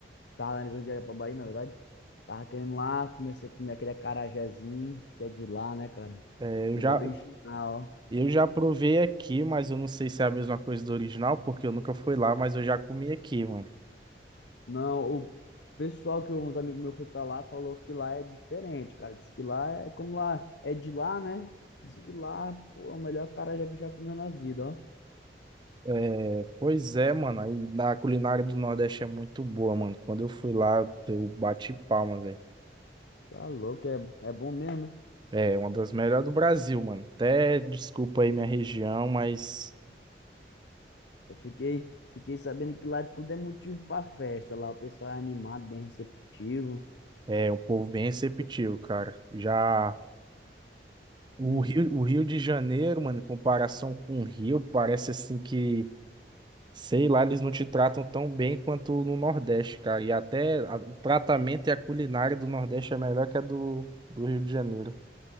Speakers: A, on the left; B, on the right.
A: tava analisando viajar pra Bahia, na verdade. Tava querendo lá, comecei a comer aquele acarajézinho, que é de lá, né, cara?
B: é, eu
A: O
B: já,
A: original, ó.
B: eu já provei aqui, mas eu não sei se é a mesma coisa do original, porque eu nunca fui lá, mas eu já comi aqui, mano.
A: Não, o pessoal que uns amigos meus foi pra lá falou que lá é diferente, cara. Diz que lá é como lá é de lá, né? Diz que lá, pô, é o melhor carajé que já comeu na vida, ó.
B: É, pois é, mano. Aí na culinária do Nordeste é muito boa, mano. Quando eu fui lá, eu bati palmas, velho.
A: Tá louco, é, é bom mesmo, né?
B: É, uma das melhores do Brasil, mano. Até desculpa aí minha região, mas
A: Eu fiquei, fiquei sabendo que lá tudo é motivo pra festa. Lá o pessoal é animado, bem receptivo.
B: é um povo bem receptivo, cara. Já o
A: Hum,
B: Rio, o Rio de Janeiro, mano, em comparação com o Rio, parece assim que, sei lá, eles não te tratam tão bem quanto no Nordeste, cara. E até a- o tratamento e a culinária do Nordeste é melhor que a do, do Rio de Janeiro.